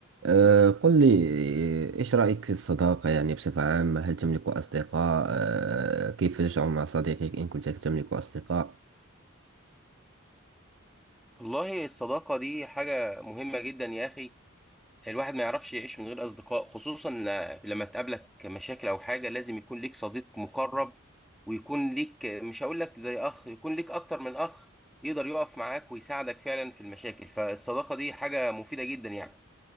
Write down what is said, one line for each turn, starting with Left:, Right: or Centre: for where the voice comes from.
Right: أه، قل لي آه، إيش رأيك في الصداقة يعني بصفة عامة هل تملك أصدقاء أه، كيف تشعر مع صديقك إن كنت تملك أصدقاء
Centre: والله الصداقة دي حاجة مهمة جدا يا أخي الواحد ما يعرفش يعيش من غير أصدقاء خصوصا ل- لما تقابلك مشاكل أو حاجة لازم يكون ليك صديق مقرب ويكون ليك مش هقول لك زي أخ يكون ليك أكتر من أخ يقدر يقف معاك ويساعدك فعلا في المشاكل فالصداقة دي حاجة مفيدة جدا يعني